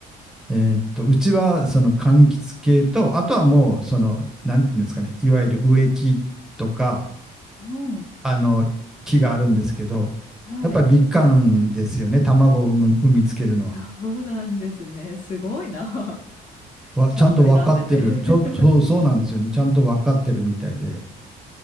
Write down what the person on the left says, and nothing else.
<laughs> うん。
はい。
そうなんですね。すごいな。<laughs>
ちゃんと選んでて
<laughs>